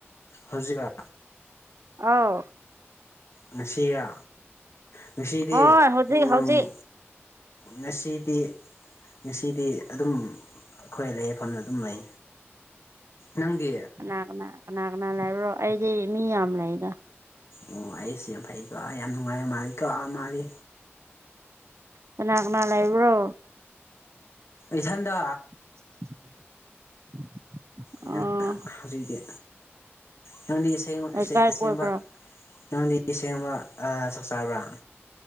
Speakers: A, on the left; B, on the right.
A: ꯍꯧꯖꯤꯛꯔ
B: ꯑꯧ
A: ꯉꯁꯤꯔ ꯉꯁꯤꯗꯤ
B: ꯍꯣꯏ ꯍꯧꯖꯤꯛ
A: ꯎꯝ
B: ꯍꯧꯖꯤꯛ
A: ꯉꯁꯤꯗꯤ ꯉꯁꯤꯗꯤ ꯑꯗꯨꯝ ꯑꯩꯈꯣꯏ ꯂꯩꯐꯝꯗ ꯑꯗꯨꯝ ꯂꯩ ꯅꯪꯗꯤ
B: ꯀꯅꯥ ꯀꯅꯥ ꯀꯅꯥ ꯀꯅꯥ ꯂꯩꯕ꯭ꯔꯣ ꯑꯩꯗꯤ ꯃꯤ ꯌꯥꯝ ꯂꯩꯗ
A: ꯑꯣ ꯑꯩꯁ ꯐꯩꯀꯣ ꯌꯥꯝ ꯐꯩꯀꯣ ꯌꯥꯝ ꯅꯨꯡꯉꯥꯏꯕ ꯃꯥꯜꯂꯤ ꯀꯣ ꯑꯥ ꯃꯥꯜꯂꯤ
B: ꯀꯅꯥ ꯀꯅꯥ ꯂꯩꯕ꯭ꯔꯣ
A: ꯏꯊꯟꯗ
B: <inaudible>
A: ꯏꯊꯟ
B: ꯑꯣ
A: ꯍꯧꯖꯤꯛꯇꯤ ꯅꯪꯗꯤ ꯑꯁꯦꯡ
B: ꯂꯩꯀꯥꯏ
A: ꯑꯁꯦꯡꯕ
B: ꯀꯣꯏꯕ꯭ꯔꯣ
A: ꯅꯪꯗꯤ ꯑꯁꯦꯡꯕ ꯑꯥ ꯆꯥꯛ ꯆꯥꯕ꯭ꯔꯥ